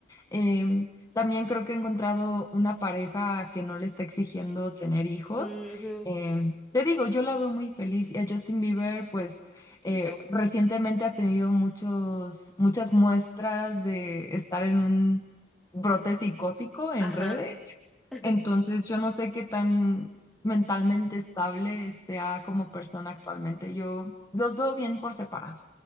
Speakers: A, on the left (about 20°); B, in the centre.
A: Em, también creo que he encontrado una pareja que no le está exigiendo tener hijos.
B: Ujú.
A: Em, te digo, yo la veo muy feliz y a Justin Bieber, pues eh,
B: No.
A: recientemente ha tenido muchos, muchas muestras de estar en un brote psicótico en
B: Ajá.
A: redes.
B: <laughs>
A: Entonces, yo no sé qué tan mentalmente estable sea como persona actualmente. Yo los veo bien por separado.